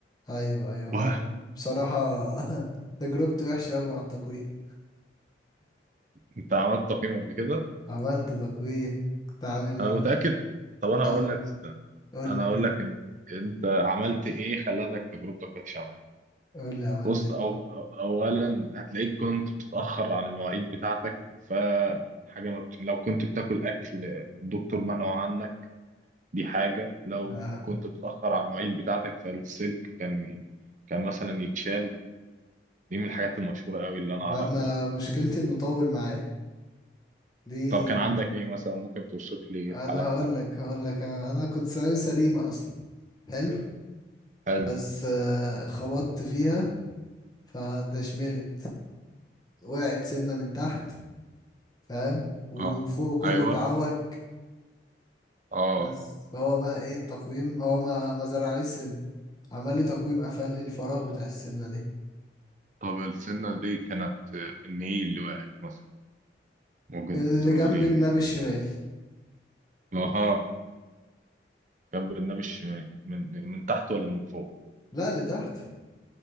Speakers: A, on the left; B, on the right.
A: ايوه ايوه فاهم
B: واه،
A: بصراحة <laughs> تجربتي وحشة اوي مع التقوية
B: انت عملت تقييم قبل كده
A: عملت تقوية كنت عامل
B: انا متاكد طب انا هقول
A: اه
B: لك استنى
A: قولي
B: انا هقول لك انت انت عملت ايه خلتك تجربتك وحشه معايا
A: قولي عملت
B: بص
A: ايه
B: أو أو أولا هتلاقيك كنت بتتأخر عن المواعيد بتاعتك فحاجة ما بت... لو كنت بتاكل أكل الدكتور منعه عنك دي حاجة لو
A: اه
B: كنت بتتأخر عن المواعيد بتاعتك فالسلك كان كان مثلا يتشال دي من الحاجات المشهورة أوي اللي أنا
A: ده
B: أعرفها
A: انا مشكلتي انه طول معايا دي
B: طب كان عندك إيه مثلا ممكن توصف لي
A: انا
B: الحالة بتاعتك
A: هقول لك هقول لك انا انا كنت ثانوي سليمة اصلا حلو
B: حلو
A: بس آه خبطت فيها فدشملت فوقعت سنة من تحت فاهم ومن
B: اه
A: فوق كله
B: ايوه
A: اتعوج
B: اه
A: بس فهو بقى ايه التقويم هو ما ما زرعليش سن عمل لي تقويم قفل لي الفراغ بتاع السنة دي
B: طب السنه دي كانت آه، ان ايه اللي وقعت مثلا ممكن
A: اللي
B: تقول
A: جنب
B: لي
A: النبي الشمال
B: أها جنب النبي الشمال من من تحت ولا من فوق
A: لا اللي تحت